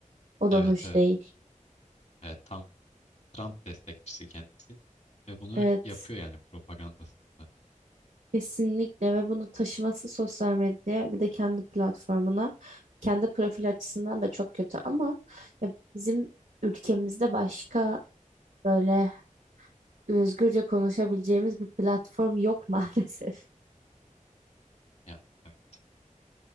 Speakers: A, on the right (about 75°); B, on the left (about 55°).
A: O da
B: Evet
A: hoş
B: evet.
A: değil.
B: Evet, tam Trump destekçisi kendisi ve bunu
A: Evet.
B: yapıyor yani propagandasında.
A: Kesinlikle ve bunu taşıması sosyal medyaya bir de kendi platformuna kendi profil açısından da çok kötü ama ya bizim ülkemizde başka Böyle özgürce konuşabileceğimiz bir platform yok <laughs> maalesef.
B: Yani evet.